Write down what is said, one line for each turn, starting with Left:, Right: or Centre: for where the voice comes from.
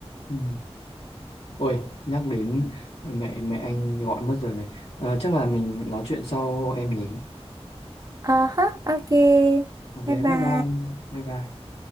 Left: Ừ. Ôi, nhắc đến mẹ mẹ anh gọi mất rồi này. Ờ, chắc là mình nói chuyện sau em nhỉ.
Right: Ờ ha, ok.
Left: Ok,
Right: Bye bye.
Left: bye bye. Bye bye.